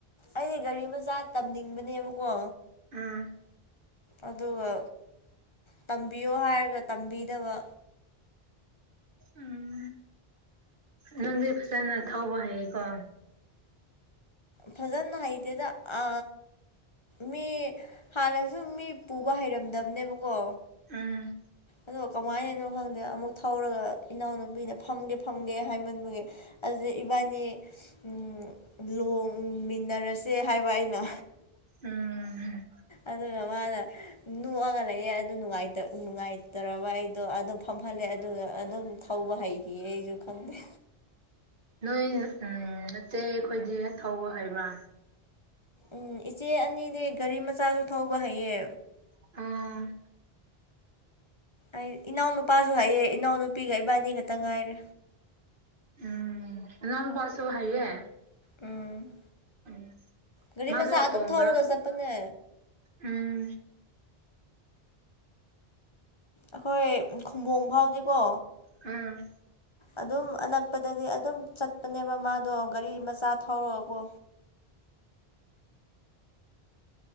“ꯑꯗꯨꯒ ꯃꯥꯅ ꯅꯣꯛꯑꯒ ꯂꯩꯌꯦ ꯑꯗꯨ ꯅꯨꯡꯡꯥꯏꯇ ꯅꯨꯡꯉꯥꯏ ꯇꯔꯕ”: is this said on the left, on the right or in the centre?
Left